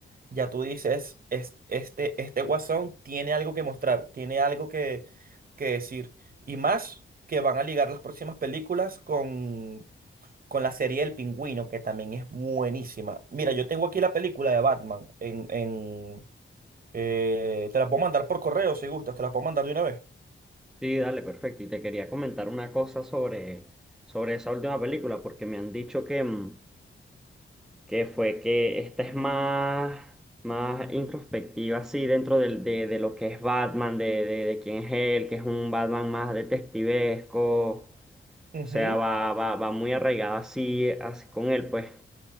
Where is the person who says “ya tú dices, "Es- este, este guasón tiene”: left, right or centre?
Right